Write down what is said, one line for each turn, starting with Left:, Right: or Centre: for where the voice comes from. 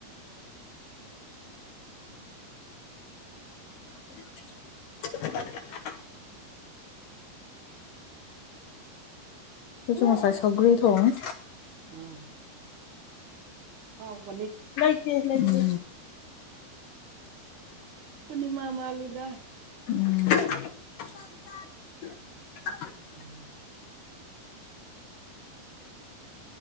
Left: <inaudible> ꯑꯩꯈꯣꯏꯁꯨ ꯉꯁꯥꯏ ꯁꯧꯒ꯭ꯔꯤ ꯊꯣꯡꯉꯦ
Right: ꯎꯝ ꯍꯥꯎꯕꯅꯤ
Left: ꯂꯩꯇꯦ ꯂꯩꯇꯦ
Right: ꯄꯨꯔꯅꯤꯃꯥ ꯃꯥꯂꯤꯗ
Left: ꯎꯝ
Right: ꯎꯝ